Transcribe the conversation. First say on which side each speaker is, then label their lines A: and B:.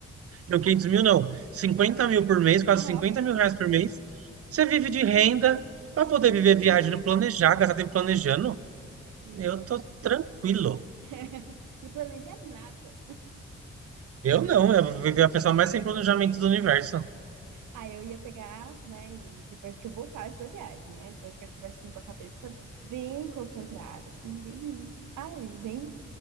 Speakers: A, on the right (about 50°); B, on the right (about 85°).
A: Não, 500 mil não. cinquenta mil por mês, quase
B: Nossa,
A: 50 mil reais por mês. Você vive de renda para poder
B: sim.
A: viver viagem no planejar, gastar tempo planejando.
B: E
A: Eu tô tranquilo.
B: <laughs> me planejar nada.
A: Eu não, eu vou viver a pessoa mais sem planejamento do universo.
B: Aí eu ia pegar, né, e depois que eu voltasse da viagem, né? Depois que eu tivesse assim, com a cabeça bem concentrada, assim, bem, ai, zen